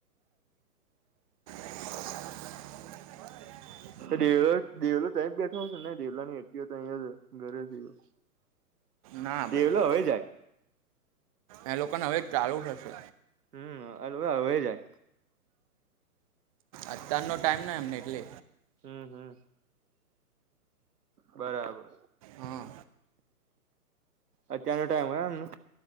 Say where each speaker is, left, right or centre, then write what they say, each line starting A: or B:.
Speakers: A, on the right (about 25°); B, on the right (about 75°).
A: <inaudible>
B: દેવ દેવલો તં બેઠો હશે ને, ડેવલા ની એ ત જ ઘરે થયો.
A: ના
B: દેવલો
A: ભાઈ
B: હવે જાય.
A: એ લોકોને હવે ચાલુ થશે.
B: હમ, હો જાય.
A: અત્યાર નો ટાઈમ ના એમને એટલે.
B: હમ, હમ, બરાબર.
A: હા
B: અત્યારનો ટાઈમ હોય એમનો.